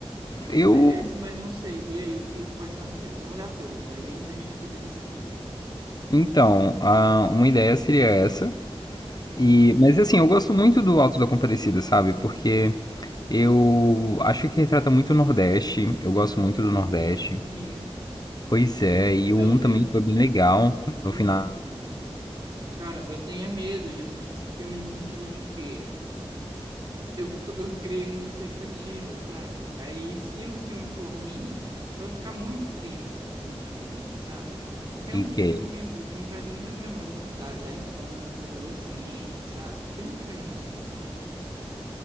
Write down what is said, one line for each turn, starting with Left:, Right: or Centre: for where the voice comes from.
Right: Pode
Left: eu.
Right: ser esse, mas não sei. E aí, o que, quais são as ideias? Vamos olhar todas aí antes da gente poder decidir.
Left: Então, ah, uma ideia seria essa.
Right: Sim,
Left: E,
Right: sim,
Left: mas assim, eu gosto muito do Auto da Compadecida, sabe? Porque Eu acho que retrata muito o Nordeste. Eu gosto muito do
Right: Hum,
Left: Nordeste.
Right: é muito bonito.
Left: Pois é, e
Right: Eu
Left: o um
Right: tenho.
Left: também foi bem legal
Right: Uhum.
Left: no final.
Right: Cara, eu tenho é medo de assistir esse filme no sentido de que eu, tô- eu criei muita expectativa, sabe? Aí, se o filme for ruim, eu vou ficar muito triste se o filme for ruim, sabe? Porque é um
Left: E
Right: filme
Left: que é-
Right: que me, que me traz muitas memórias da, da infância, adolescente, sabe? Tem uma carga emocional.